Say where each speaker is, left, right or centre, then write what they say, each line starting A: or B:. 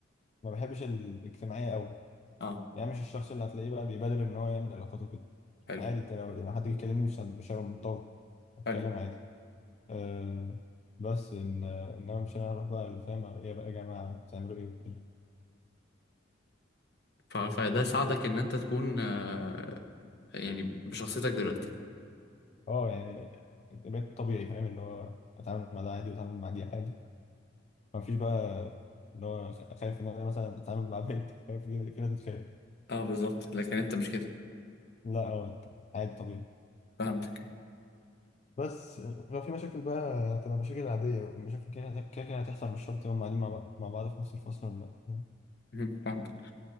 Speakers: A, on the left; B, on the left.
A: ما بحبش الاجتماعية قوي
B: اه
A: يعني مش الشخص اللي هتلاقيه بقى بيبادر ان هو يعمل علاقات وكده
B: حلو
A: عادي انت لو لو حد جه يكلمني مش هن- مش هبقى متطور اتكلم
B: حلو
A: عادي أه بس ان آه، انما مش انا اروح بقى اللي فاهم ايه بقى يا جماعه بتعملوا ايه وكده
B: ف... فده ساعدك ان انت تكون آه، يعني بشخصيتك دلوقتي
A: اه يعني بقيت طبيعي فاهم اللي هو اتعامل مع ده عادي واتعامل مع دي عادي ما فيش بقى اللي هو خ- خايف ان انا مثلا اتعامل مع <laughs> بنت خايف في في ناس بتخاف
B: اه بالظبط لكن انت مش كده
A: لا هو عادي طبيعي
B: فهمتك
A: بس لو في مشاكل بقى هتبقى مشاكل عادية ومشاكل كده كده كده هتحصل مش شرط يوم قاعدين مع بعض مع بعض في نفس الفصل ولا لا فاهم؟
B: مهم. فهمتك